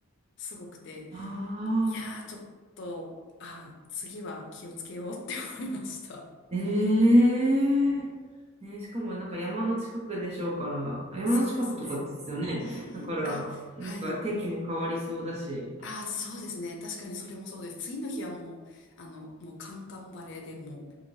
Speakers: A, on the left; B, on the right.
A: すごくて、
B: あ
A: いやーちょっと、
B: あ、
A: あー、次は気をつけようって思いました。
B: ええね、しかもなんか山の近くでしょうから、あ山の近くとかですよね。
A: そうですね。うーん、
B: だから、
A: あ、
B: なんか天気も変わりそうだし。
A: はい。ああ、そうですね。確かにそれもそうです。次の日はもう、あの、もうカンカンバレーでもう、